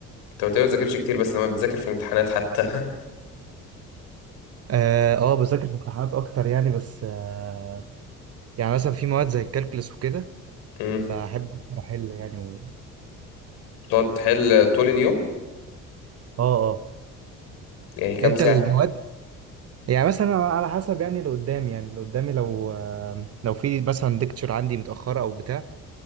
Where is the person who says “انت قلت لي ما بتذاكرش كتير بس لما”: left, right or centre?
Left